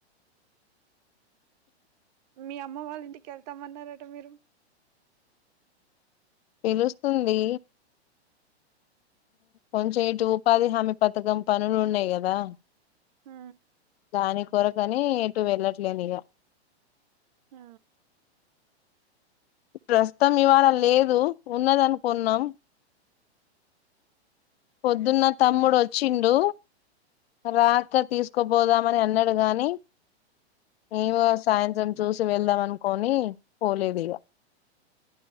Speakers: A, on the right; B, on the left.
A: మీ అమ్మ వాళ్ళ ఇంటికి యేళ్తమన్నరట మీరు
B: పిలుస్తుంది. కొంచెం ఇటు ఉపాధి హామీ పథకం పనులు ఉన్నాయి. కదా
A: ఆ
B: దాని కొరకాని ఎటు వెళ్ళట్లేనిగా
A: ఆ
B: ప్రస్తుతం ఇవాళ లేదు ఉన్నదనుకున్నాం. పొద్దున్న తమ్ముడు వచ్చిండు. రా అక్క తీసుకొబోదామని అన్నడు గాని ఇవో సాయంత్రం చూసి వెళ్దాం. అనుకోని పోలేదు ఇగ